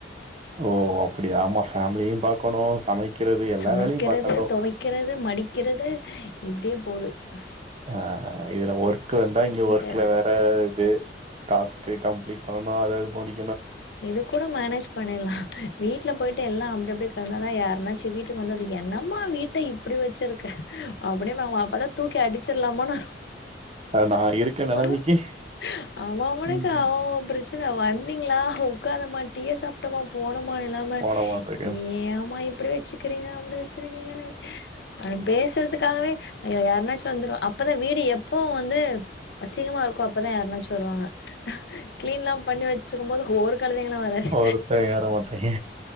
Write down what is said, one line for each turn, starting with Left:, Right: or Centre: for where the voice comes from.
Right: ஓ அப்படியா ஆமா ஃபேமிலியும் பார்க்கணும், சமைக்கிறது எல்லா
Left: சமக்கிறது
Right: வேலையும் பார்க்கணும்.
Left: தொவைக்கிறது மடிக்கிறது இப்டே போது <unintelligible>
Right: ஆஹ் இதலா ஓர் க்கு வந்தா இங்க
Left: பட்
Right: ஒர்க்ல வேற இது டாஸ்க் கம்லீட் பண்ணனும் அதாவது போடி
Left: இது கூட மேனேஜ் பண்ணிர்லா வீட்ல போயிட்டு எல்லா அப்டி அப்டி கெடந்தா தா யாருனாச்சு வீட்டுக்கு வந்தது என்னமா வீட்டை இப் அப்படி வச்சிருக்க அப்டியே <unintelligible> அப்பதா தூக்கி அடிச் த்ர்லாமானு
Right: நான் இருக்க நிலைமைக்கு
Left: வரும் ஆ <unintelligible>
Right: ம்
Left: அவன் பிர ச்சனா வந்தீங்களா <unintelligible> உக்காரமாட்டியே சாப்ட்டமா போனோமா <unintelligible> இல்லாம
Right: போட மாட்டேங்க.
Left: ஏமா ப் எப்டி வச்சுக்கிறீங்க அப்டி வச்சிருக்கீங்கனு ஆ பேசுறதுக்காகவே யாரனாச்சு வந்துருவா அப்ப <unintelligible> வீடு எப்போ வந்து அசிங்கமா இருக்கோ அப்பதா யாருனாச்சு வருவாங்க. கிளீன் ல்லா பண்ணி வச்சிருக்கும் போது கழுதைங்களு வராது
Right: ஒருத்தங வர மாட்டாய்ங்க